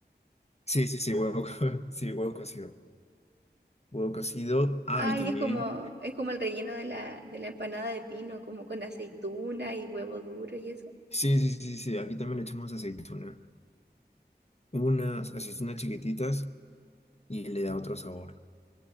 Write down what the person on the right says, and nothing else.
Ay,
es como, es como el relleno de la, de la empanada de pino, como con aceituna y huevo duro y eso.